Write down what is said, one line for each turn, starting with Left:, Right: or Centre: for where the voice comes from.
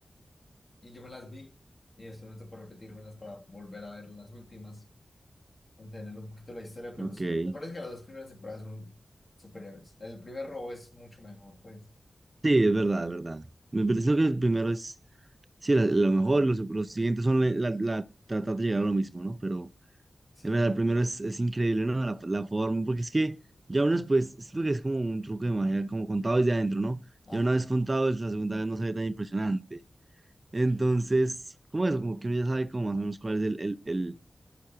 Left: y yo me las vi y después me tocó repetírmelas para volver a ver las últimas, entender un poquito la historia, pero
Right: Ok.
Left: sí,
Right: Sí,
Left: me parece que las dos primeras temporadas son superiores. El primer robo es mucho mejor, pues.
Right: es verdad, es verdad. Me pareció que el primero es, sí, la, la mejor, los, los siguientes son la, la, la- tratar de llegar a lo mismo, ¿no? Pero
Left: Sí,
Right: es verdad, el primero es, es increíble, ¿no? La, la forma, porque es que ya uno después, siento que es como un truco de magia, como contado desde adentro, ¿no?
Left: ajá,
Right: Ya una vez contado, es la segunda vez no se ve tan impresionante. Entonces,
Left: sí.
Right: como eso, como que uno ya sabe como más o menos cuál es el, el- el-